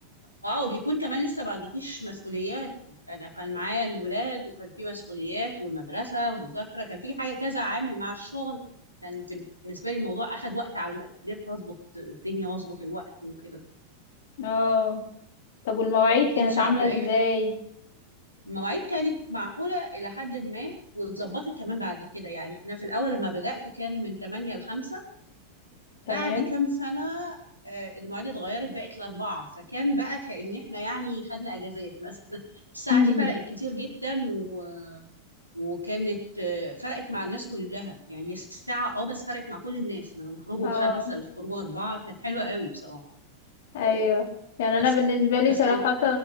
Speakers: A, on the left; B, on the left.
A: اه وبيكون كمان لسه ما عندكيش مسؤوليات انا كان معايا الولاد وكان في مسؤوليات والمدرسه ومذاكره كان في حاجه كذا عامل مع الشغل كان بالنسبه لي الموضوع اخد وقت على ما قدرت اظبط الدنيا واظبط الوقت وكده
B: <laughs> اه طب والمواعيد كانت
A: انت عامله
B: عاملة ازاي
A: ايه المواعيد كانت معقوله الى حد ما واتظبطت كمان بعد كده يعني انا في الاول لما بدات كان من 8 ل 5
B: تمام
A: بعد كام سنة آه، المواعيد اتغيرت بقت لأربعة فكان بقى كأن احنا يعني خدنا أجازات مثلا <laughs> الساعة
B: مم.
A: دي فرقت كتير جدا و... وكانت آه، فرقت مع الناس كلها يعني هي الساعة اه بس فرقت مع كل الناس من خروجه
B: اه
A: بخمسة لخروجه أربعة كان حلو قوي بصراحة
B: ايوه يعني انا
A: بس
B: بالنسبة لي
A: بس
B: صراحة
A: كان